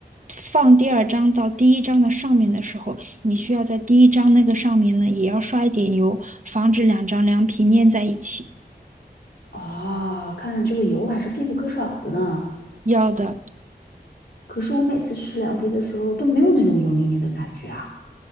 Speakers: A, on the right; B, on the left.
A: 放第二张到第一张的上面的时候，你需要在第一张那个上面呢，也要刷一点油，防止两张凉皮粘在一起。
B: 啊，看来这个油还是必不可少的呢。
A: 要的，
B: 可是我每次吃凉皮的时候都没有那种油腻腻的感觉啊。